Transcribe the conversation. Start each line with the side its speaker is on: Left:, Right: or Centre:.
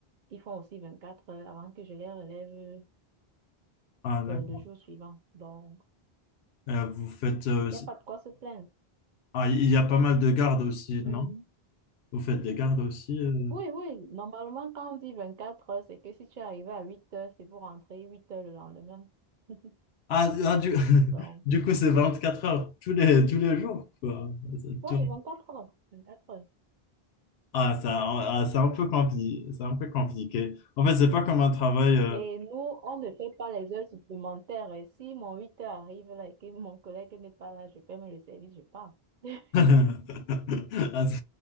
Right: Ils font aussi 24 heures avant que je les relève euh,
Left: Ah, d'accord.
Right: le jour suivant. Donc,
Left: Euh, vous faites... euh,
Right: il n'y a pas de quoi se plaindre.
Left: Ah, il y a pas mal de gardes aussi,
Right: Hum,
Left: non? Vous faites des gardes aussi euh
Right: Oui, oui. Normalement, quand on dit 24 heures, c'est que si tu es arrivé à 8 heures, c'est pour rentrer 8 heures le lendemain. <laughs>
Left: Ah, ah, du... <laughs>
Right: Donc,
Left: du coup, c'est 24 heures tous les, tous les jours, quoi. C'est-
Right: oui,
Left: tu-
Right: quatre heures. vingt-quatre heures.
Left: Ah, ça, ah, c'est un peu compliqué. C'est un peu compliqué. En fait, c'est pas comme un travail. euh,
Right: Mais nous, on ne fait pas les heures supplémentaires. Et si mon 8 heures arrive là et que mon collègue n'est pas là, je ferme le service, je pars. <laughs>
Left: <laughs> Ah, c'est